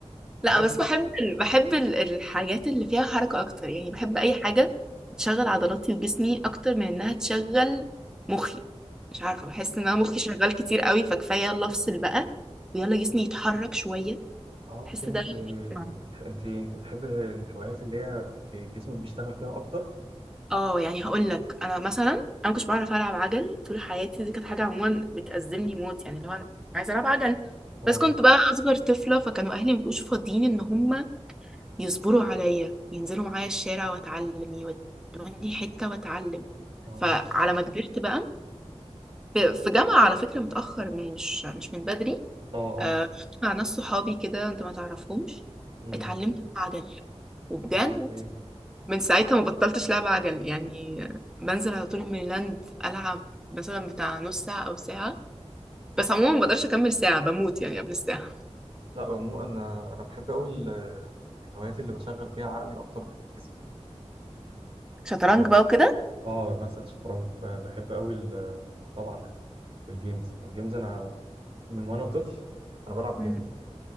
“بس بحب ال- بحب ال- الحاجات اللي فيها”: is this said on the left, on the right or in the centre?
Centre